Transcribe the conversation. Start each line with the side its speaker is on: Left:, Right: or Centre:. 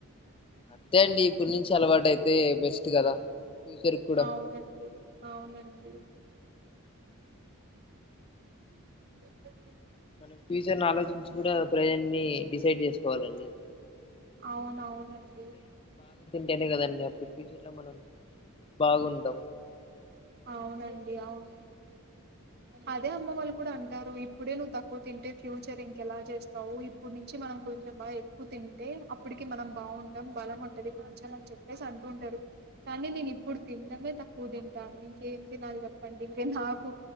Left: అంతే అండి ఇప్పుడు నుంచి అలవాటు అయితే బెస్ట్ కదా ఫ్యూచర్ కూడా
Right: అవునండి అవునండి <inaudible>
Left: మనం ఫ్యూచర్ ని ఆలోచించి కూడా ప్రజల్ని డిసైడ్ చేసుకోవాలండి
Right: అవున అవునండి
Left: అనే కదండి అప్పుడు పజలా మనం బాగుండవు
Right: అవునండి అవును అదే అమ్మ వాళ్ళు కూడా అంటారు ఇప్పుడే నువ్వు తక్కువ తింటే ఫ్యూచర్ ఇంకెలా చేస్తావు ఇప్పుడు నుంచి మనం కొంచెం బాగా ఎక్కువ తింటే అప్పటికి మనం బాగుంటాం బలం ఉంటది కొంచెం అని చెప్పేసి అంటుంటారు కానీ నేను ఇప్పుడు తినమే తక్కువ తింట ఇంకేం తినాలి చెప్పండి ఇంక నాకు